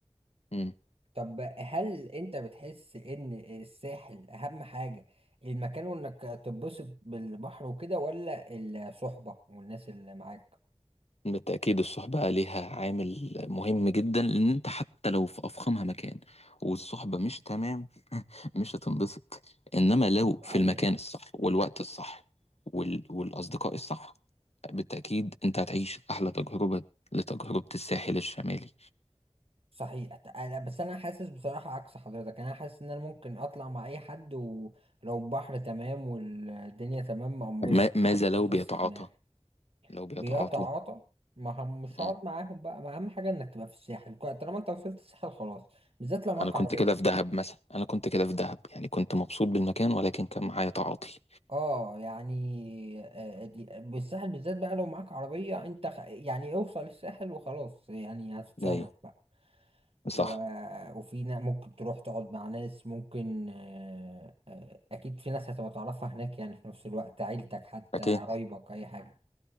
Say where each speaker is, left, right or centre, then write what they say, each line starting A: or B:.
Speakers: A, on the left (about 80°); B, on the right (about 60°).
A: مم.
B: طب هل انت بتحس ان الساحل اهم حاجه المكان وانك تتبسط بالبحر وكده ولا الصحبه والناس اللي معاك
A: بالتأكيد الصحبة ليها عامل مهم جدا لأن أنت حتى لو في أفخمها مكان والصحبة مش تمام مش هتنبسط إنما لو
B: صحيح
A: في المكان الصح والوقت الصح وال... والأصدقاء الصح بالتأكيد أنت هتعيش أحلى تجربة لتجربة الساحل الشمالي
B: صحيح أت- أنا بس انا حاسس بصراحة عكس حضرتك انا حاسس ان انا ممكن اطلع مع اي حد ولو البحر تمام والدنيا تمام انبسط
A: ما... ماذا
B: يعني
A: لو
B: احس
A: بيتعاطى
B: دماغي
A: لو بيتعاطوا
B: بيتعاطى ما هم مش
A: مم.
B: هقعد معاهم بقى ما اهم حاجة انك تبقى في الساحل طالما انت وصلت الساحل خلاص بالذات لو معاك
A: أنا كنت
B: عربية
A: كده في دهب مثلا أنا كنت كده في دهب يعني كنت مبسوط بالمكان ولكن كان معايا تعاطي
B: اه يعني آه، دي- بالساحل بالذات بقى لو معاك عربية انت خ... يعني اوصل الساحل وخلاص يعني هتتصرف
A: أيوه
B: بقى
A: صح
B: و... وفي نا... ممكن تروح تقعد مع ناس ممكن آه، آه، اكيد في ناس هتبقى تعرفها هناك يعني في نفس الوقت عيلتك حتى
A: أكيد
B: قرايبك اي حاجة